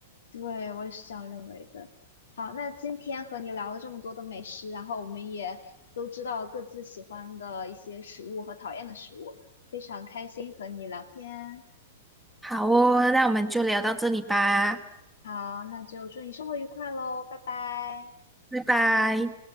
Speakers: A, on the left (about 80°); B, in the centre.
A: 对，我也是这样认为的。好，那今天和你聊了这么多的美食，然后我们也都知道各自喜欢的一些食物和讨厌的食物，非常开心和你聊天。
B: 好哦，那我们就聊到这里吧，
A: 好，那就祝你生活愉快喽，拜拜。
B: 拜拜。